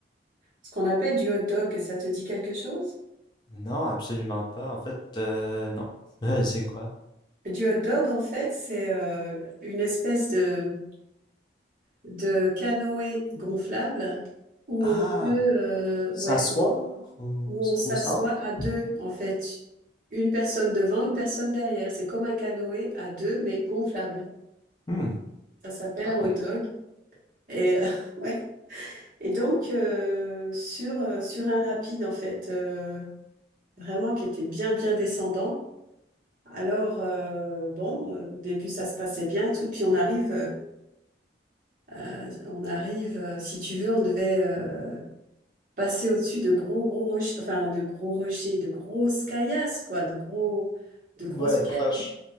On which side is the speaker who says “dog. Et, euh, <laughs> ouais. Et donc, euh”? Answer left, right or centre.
Right